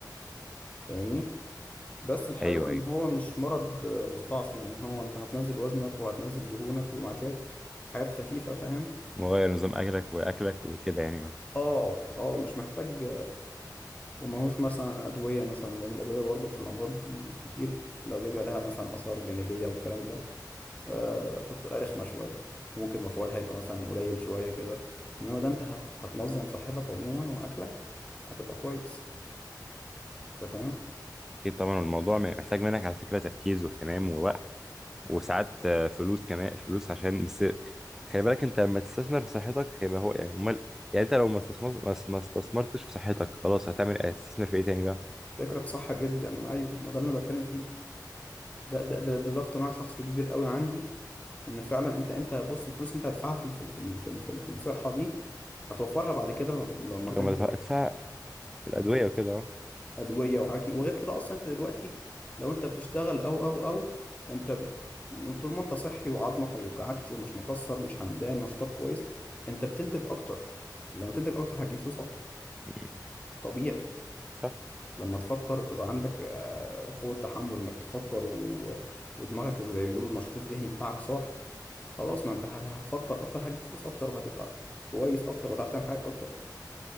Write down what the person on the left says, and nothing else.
فاهمني بس الحلو
ان
هو مش مرض آه، مستعصي يعني هو انت هتنزل وزنك وهتنزل دهونك ومع شويه حاجات خفيفه فاهم
اه اه مش محتاج وماهوش مثلا أدوية مثلا لأن الأدوية برضه في الأمراض الكتير الأدوية بيبقى لها مثلا آثار جانبية والكلام ده آه، فبتبقى رخمة شوية وممكن مفعولها يبقى مثلا قليل شوية كده إنما ده أنت هت... هتنظم صحتك عموما وأكلك هتبقى كويس أنت فاهم؟
فكرك صح جدا أيوه ما ده اللي أنا بتكلم فيه ده ده ده ده, ده اقتناع شخصي كبير قوي عندي إن فعلا أنت أنت بص الفلوس أنت هتدفعها في ال- في ال- في ال- في ال- في الصحة دي هتوفرها بعد كده لما
تكبر
ادويه وحكي وغير كده اصلا انت دلوقتي لو انت بتشتغل او او او انت ب- من طول ما انت صحي وعظمك ما بيوجعكش ومش مكسر مش همدان نشاطك كويس انت بتنتج اكتر لما تنتج اكتر هتجيب فلوس اكتر
طبيعي
لما تفكر تبقى عندك آه، قوة تحمل انك تفكر و... ودماغك زي ما بيقولوا النشاط الذهني بتاعك صاحي خلاص ما انت هت- هتفكر اكتر هتجيب فلوس اكتر وهتبقى كويس اكتر وهتعرف تعمل حاجات اكتر